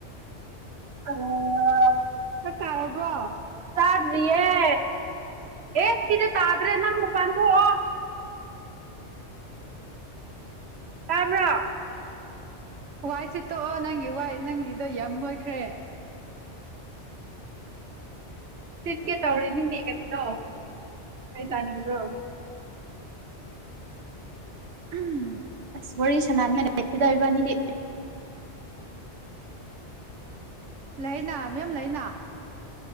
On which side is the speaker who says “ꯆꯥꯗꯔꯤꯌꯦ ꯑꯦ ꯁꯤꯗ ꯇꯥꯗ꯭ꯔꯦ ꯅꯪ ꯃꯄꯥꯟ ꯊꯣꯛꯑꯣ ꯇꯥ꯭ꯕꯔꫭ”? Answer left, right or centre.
Right